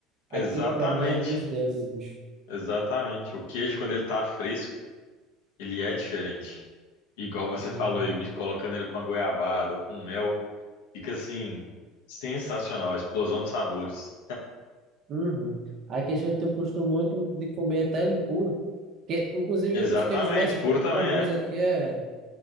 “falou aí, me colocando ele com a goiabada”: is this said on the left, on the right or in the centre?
Left